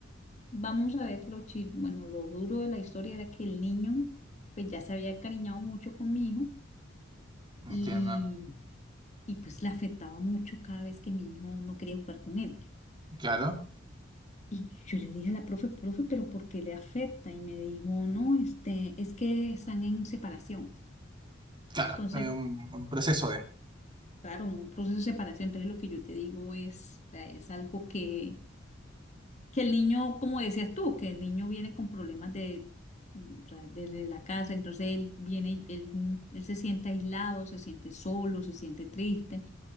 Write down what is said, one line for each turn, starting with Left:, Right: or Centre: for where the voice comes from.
Left: Vamos a ver lo chi- bueno, lo duro de la historia era que el niño pues ya se había encariñado mucho con mi hijo
Right: Entiendo.
Left: y, y pues le afectaba mucho cada vez que mi hijo no quería jugar con él.
Right: Claro,
Left: Y yo le dije a la profe, profe, pero ¿por qué le afecta? Y me dijo, no, este, es que están en separación.
Right: claro,
Left: Entonces,
Right: es un, un proceso de...
Left: Claro, un proceso de separación, entonces lo que yo te digo es, o sea, es algo que, que el niño, como decías tú, que el niño viene con problemas de, mm, o sea, desde la casa, entonces él viene, él, él se siente aislado, se siente solo, se siente triste.